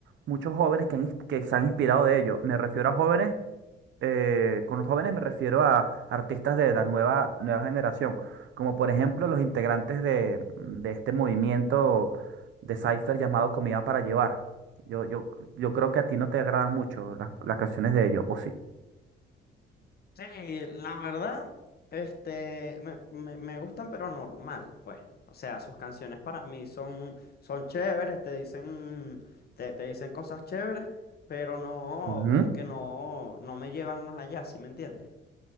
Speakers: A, on the right (about 70°); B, on the left (about 50°).
A: muchos jóvenes que, han ins- que se han inspirado de ello. Me refiero a jóvenes, eh, con jóvenes me refiero a artistas de la nueva, nueva generación, como por ejemplo los integrantes de, de este movimiento de Cypher llamado Comida para Llevar. Yo, yo, yo creo que a ti no te agradan mucho las, las canciones de ellos, ¿o sí?
B: Sí, la verdad, este, me, me, me gustan, pero normal, pues. O sea, sus canciones para mí son, son chéveres, te dicen, te, te dicen cosas chéveres, pero no,
A: Ujú.
B: como que no, no me llevan más allá, ¿sí me entiendes?